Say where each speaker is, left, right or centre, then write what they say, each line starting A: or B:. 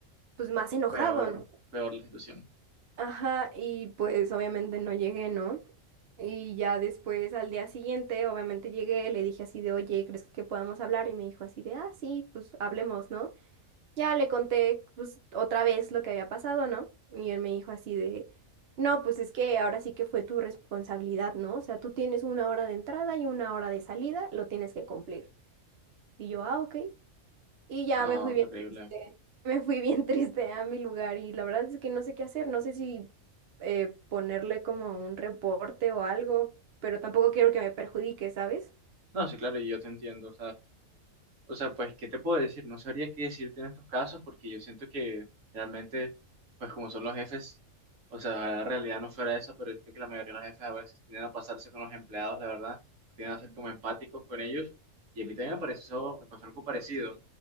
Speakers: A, on the right; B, on the right.
A: pues más enojado,
B: Peor,
A: ¿no?
B: peor la situación.
A: Ajá, y pues obviamente no llegué, ¿no? Y ya después, al día siguiente, obviamente llegué, le dije así de, oye, ¿crees que podamos hablar? Y me dijo así de, ah, sí, pues hablemos, ¿no? Ya le conté, pues, otra vez lo que había pasado, ¿no? Y él me dijo así de, no, pues es que ahora sí que fue tu responsabilidad, ¿no? O sea, tú tienes una hora de entrada y una hora de salida, lo tienes que cumplir. Y yo, ah, ok. Y ya
B: No,
A: me fui bien
B: terrible.
A: triste, me fui bien <laughs> triste a mi lugar y la verdad es que no sé qué hacer, no sé si eh, ponerle como un reporte o algo, pero tampoco quiero que me perjudique, ¿sabes?
B: No, sí, claro, yo te entiendo, O sea, pues, ¿qué te puedo decir? No sabría qué decirte en estos casos porque yo siento que realmente, pues como son los jefes, o sea, la realidad no fuera esa, pero yo siento que la mayoría de los jefes a veces tienden a pasarse con los empleados, la verdad, tienden a ser como empáticos con ellos. Y a mí también me pareció, me pasó algo parecido,